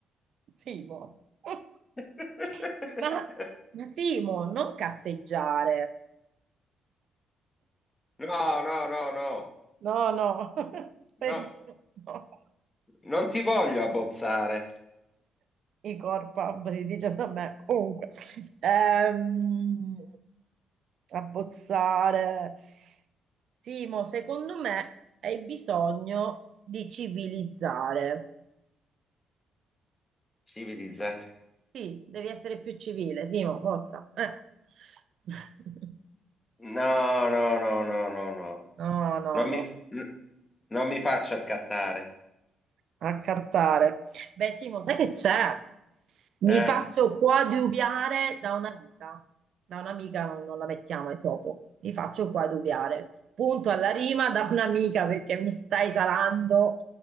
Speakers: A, on the right; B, on the left.
A: Simo. <laughs>
B: <laughs>
A: Ma, ma Simo, non cazzeggiare.
B: No, no, no, no,
A: No, no. <laughs> Stai-
B: no,
A: no.
B: non ti voglio abbozzare.
A: I corpa, si dice da me. Comunque. Ehm, abbozzare. Simo, secondo me hai bisogno di civilizzare.
B: Civilizzare.
A: Sì, devi essere più civile, Simo, forza. Eh. <laughs>
B: No, no, no, no, no, no.
A: No, no,
B: Non
A: no.
B: mi... Non mi faccio accattare.
A: A cantare. Beh, Simo, sai che c'è? Mi
B: Eh.
A: faccio coadiuviare da un'amica. Da un'amica non, non la mettiamo, è dopo. Mi faccio coadiuviare. Punto alla rima da un'amica perché mi stai salando